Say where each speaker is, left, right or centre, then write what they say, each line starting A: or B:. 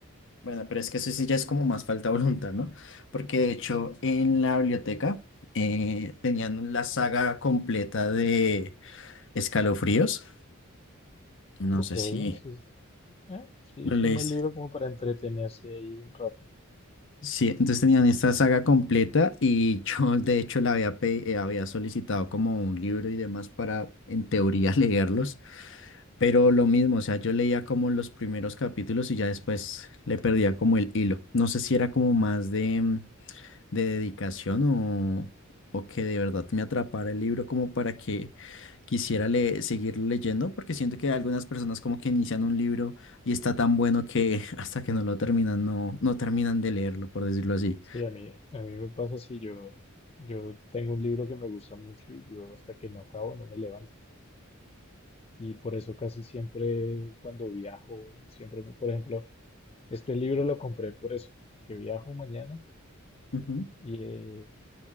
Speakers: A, on the left; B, on the left.
A: bueno, pero es que eso sí ya es como más falta <laughs> de voluntad, ¿no? Porque de hecho en la biblioteca eh, tenían la saga completa de Escalofríos.
B: Ok,
A: No sé
B: eso
A: si
B: es- ah, sí,
A: lo
B: es
A: leíste.
B: un buen libro como para entretenerse ahí un rato.
A: Sí, entonces tenían esta saga completa y <laughs> yo de hecho la había, pe- eh, había solicitado como un libro y demás para en teoría <laughs> leerlos, pero lo mismo, o sea, yo leía como los primeros capítulos y ya después le perdía como el hilo. No sé si era como más de, mm, de dedicación o, o que de verdad me atrapara el libro como para que quisiera le- seguirlo leyendo porque siento que algunas personas como que inician un libro y está tan bueno que <laughs> hasta que no lo terminan, no, no terminan de leerlo, por decirlo así.
B: Sí, a mí, a mí me pasa así, yo, yo tengo un libro que me gusta mucho y yo hasta que no acabo no me levanto. Y por eso casi siempre cuando viajo, siempre, me- por ejemplo, este libro lo compré por eso, porque viajo mañana
A: Ujú,
B: y eh,